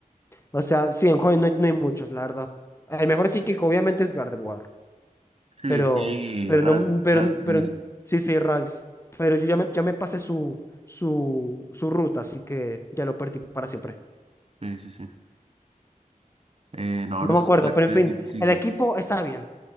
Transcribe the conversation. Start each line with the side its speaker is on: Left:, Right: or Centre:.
Left: O sea, sí, en joven no hay, no hay muchos, la verdad. El mejor psíquico obviamente es Gardevoir,
Right: Sí,
Left: pero,
Right: sí,
Left: pero
Right: Ralph,
Left: no, mm, pero,
Right: Ralph, buenísimo.
Left: pero sí, sí, Rals. Pero yo ya me, ya me pasé su, su, su ruta, así que ya lo perdí para siempre.
Right: Sí, sí, sí. Eh, no,
Left: No
Right: no
Left: me
Right: sé.
Left: acuerdo,
Right: la
Left: pero
Right: verdad
Left: en fin,
Right: sí,
Left: el
Right: güey.
Left: equipo está bien.